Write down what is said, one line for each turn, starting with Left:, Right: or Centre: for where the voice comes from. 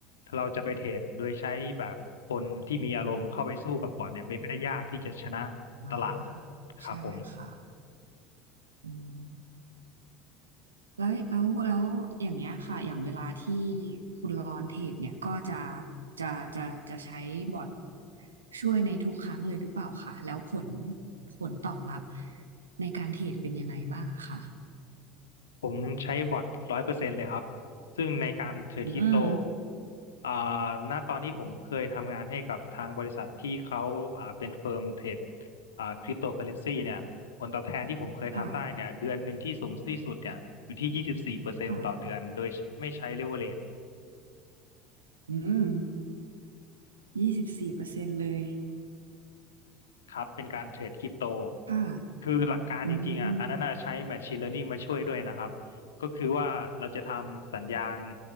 Left: เราจะไปเทรดโดยใช้แบบคนที่มีอารมณ์เข้าไปสู้กับบอทเนี่ยเป็นไปได้ยากที่จะชนะ
Right: อ่า
Left: ตลาดครับผม
Right: ใช่ค่ะอืม แล้วแล้วแล้วอย่างเงี้ยค่ะอย่างเวลาที่คุณรอนเทรดเนี่ยก็จะจะจะจะใช้บอทช่วยในทุกครั้งเลยหรือเปล่าคะแล้วผลผลตอบรับในการเทรดเป็นยังไงบ้างอะคะ
Left: ผมใช้บอทร้อยเปอร์เซ็นต์เลยครับ ซึ่งในการเทรดคริปโต
Right: อืม
Left: อ่าณตอนที่ผมเคยทำงานให้กับทางบริษัทที่เขาอ่าเป็นเฟิร์มเทรดอ่าคริปโตเคอเรนซีเนี่ยผลตอบแทนที่ผมเคยทำได้เนี่ยเดือนหนึ่งที่สูงที่สุดเนี่ยอยู่ที่ยี่สิบสี่เปอร์เซ็นต์ต่อเดือนโดยไม่ใช้เลเวอเรจ
Right: ค่ะค่ะอืมยี่สิบสี่เปอร์เซ็นต์เลย
Left: ครับเป็นการเทรดคริปโต
Right: ค่ะ
Left: คือหลักการจริงๆอ่ะอันนั้นน่ะใช้
Right: อืม
Left: Machine Learning มาช่วยด้วยนะครับก็คือว่าเราจะทำสัญญาณ